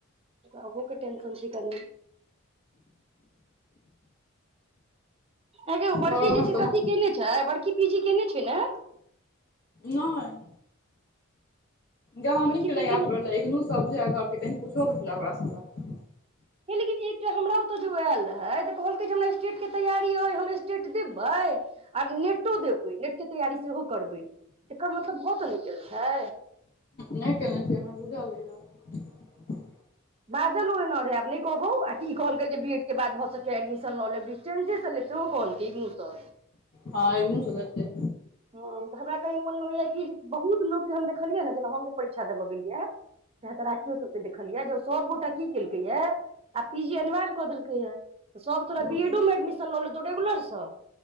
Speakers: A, on the right (about 30°); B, on the left (about 50°).
A: आगूके टेंशन छै कनिया एगे ओ बड़की
B: घरोमे
A: जे छै
B: कोनो
A: से ओथी केने छै बड़की पीजी केने छै ने
B: नै जहो
A: बड़की
B: निकलै
A: पीजी
B: याद
A: नहि
B: पड़लै, ई सभ बुझा कनि पूछू के छल ओकरासँ हमरा
A: लेकिन एकटा हमरा ओतऽ जे आयल रहै तऽ कहलकै जे हमरा स्टेटके तैयारी छै हम स्टेट देबै आ नेटो देबै नेटके तैयारी सेहो करबै एकर मतलब भट नै गेल छै
B: नहि केने अछि हमरा बूझल नहि अछि
A: बाजल ओ एना रहै आब नहि कहू आ की कहलकै जे बीएडके बाद भऽ सकै एडमिशन लऽ लेब साइन्ससँ लेते आहो कहलिके इग्नूसँ
B: हाँ इग्नूसँ लैतै
A: हँ तऽ हमरा कही मोनमे होइया कि बहुत लोकके हम देखलियै ने जेना हम जे परीक्षा देबऽ गेलियै च तऽ राखियो सभके देखलियै जे ओ सभगोटा की केलकै च तऽ राखियो सभके देखलियै जे ओ सभगोटा की केलकै आ सभ तोरा
B: हूँ
A: बीएडोमे एडमिशन लऽ लेतौ रेगुलरसँ